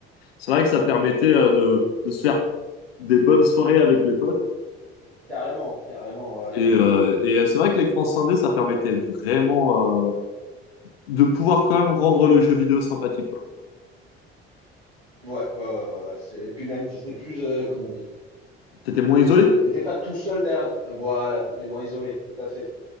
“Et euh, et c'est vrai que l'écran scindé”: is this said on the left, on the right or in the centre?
Left